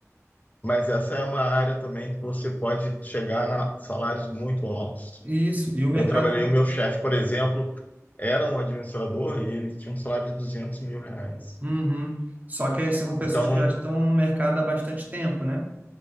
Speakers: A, on the left; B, on the right.
A: mas essa é uma área também que você pode chegar a salários muito altos.
B: Isso, e o mercado...
A: Eu trabalhei, o meu chefe, por exemplo, era um administrador e ele tinha um salário de 200 mil reais.
B: Uhum. Só que aí são pessoas
A: Então,
B: que já estão no mercado há bastante tempo, né?